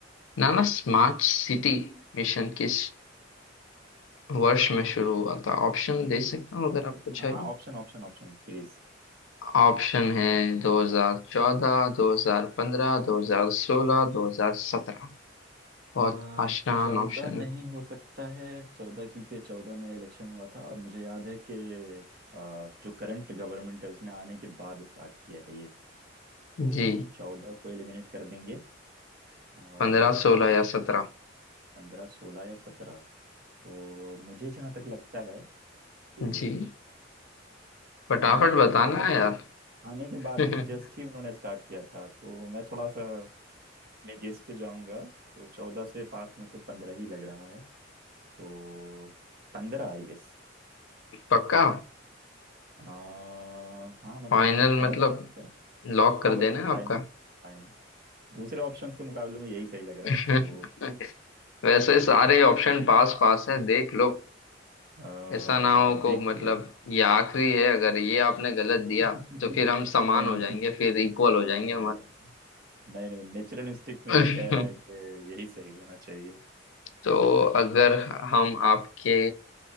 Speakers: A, on the left; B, on the right.
A: ना ना स्मार्ट सिटी मिशन किस वर्ष में शुरू हुआ था ऑप्शन दे सकता हूँ
B: ओके
A: अगर आपको
B: हाँ
A: चाहिए
B: हाँ ऑप्शन ऑप्शन ऑप्शन प्लीज
A: ऑप्शन है 2014 2015 2016 2017 बहुत
B: आ
A: आसान
B: चौदह
A: ऑप्शन
B: नहीं
A: है
B: हो सकता है चौदह क्योंकि चौदह में इलेक्शन हुआ था और मुझे याद है कि आ, जो करंट गवर्नमेंट है उसने आने के बाद स्टार्ट किया है ये तो
A: जी
B: चौदह को एलिमिनेट कर देंगे और
A: 15 16 या 17
B: पंद्रह सोलह या सत्रह तो मुझे जहाँ तक लगता है कि
A: जी फटाफट
B: आने
A: बताना
B: के बाद
A: है यार
B: ही आने के बाद
A: <laughs> अच्छा
B: ही जस्ट ही उन्होंने स्टार्ट किया था तो मैं थोड़ा सा अपने गेस पे जाऊंगा तो चौदह से पास में तो पंद्रह ही लग रहा है तो पंद्रह आई गेस
A: पक्का
B: हाँ मतलब
A: फाइनल
B: थोड़ा
A: मतलब
B: सा डाउट है
A: लॉक कर
B: हाँ मतलब
A: देना है
B: फाइनल
A: आपका
B: फाइनल दूसरे ऑप्शंस के मुकाबले में यही सही लग रहा
A: <laughs>
B: है तो
A: वैसे सारे ऑप्शन पास पास है देख लो
B: <laughs> अह,
A: ऐसा ना हो को
B: देख
A: मतलब
B: लिया
A: ये आखिरी है अगर ये आपने गलत दिया
B: <laughs>
A: तो फिर हम समान
B: नहीं नहीं
A: हो जाएंगे फिर इक्वल हो
B: अह,
A: जाएंगे
B: नहीं नहीं नेचुरल इंस्टिक्ट मेरा
A: हमारे
B: कह रहा है
A: <laughs>
B: कि यही सही होना चाहिए
A: तो अगर हम आपके